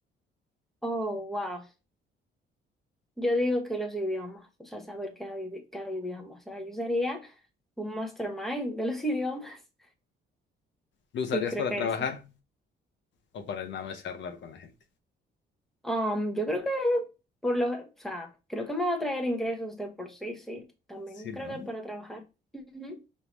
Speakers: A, in the centre; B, on the left (about 65°).
A: Oh, wow. Yo digo que los idiomas, o sea, saber cada, idi- cada idioma. O sea, yo sería un mastermind de los <laughs> idiomas.
B: ¿Lo
A: Sí,
B: usarías
A: creo
B: para
A: que
B: trabajar
A: esa.
B: o para nada más charlar con la gente?
A: Um, yo creo que por lo, o sea, creo que me va a traer ingresos de por sí, sí. También
B: Sí,
A: creo
B: ¿no?
A: que para trabajar. Ujú.